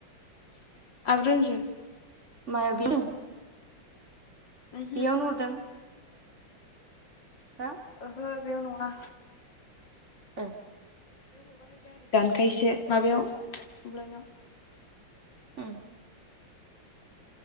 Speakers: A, on the left; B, on the right.
A: <inaudible> आबरन्जो।
B: मायाबिनो।
A: ओहो
B: बेयावनो हरदों। हो
A: ओहो बेयाव नङा।
B: ए
A: ंखायसे माबायाव अ्लइनाव <unintelligible>
B: <unintelligible>